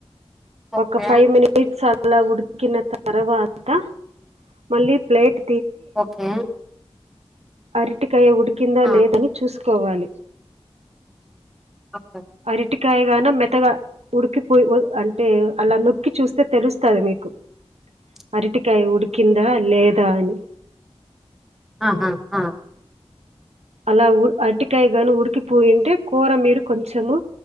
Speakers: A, in the centre; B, on the right (about 85°).
A: ఓకే
B: ఒక ఫైవ్ మినిట్స్ అలా ఉడికిన తర్వాత మళ్ళీ ప్లేట్
A: ఓకే
B: అరిటికాయ ఉడికిందా
A: ఆ
B: లేదని చూసుకోవాలి
A: అ
B: అరటి కాయగాన మెత్తగా ఉడికిపోయి ఉడి అంటే అలా నొక్కి చూస్తే తెలుస్తాది మీకు
A: టీక్.
B: అరటికాయి ఉడికిందా లేదా అని
A: ఆహా హా
B: అలాఅరటికాయ గాని ఉడికిపోయింటే కూర మీరు కొంచము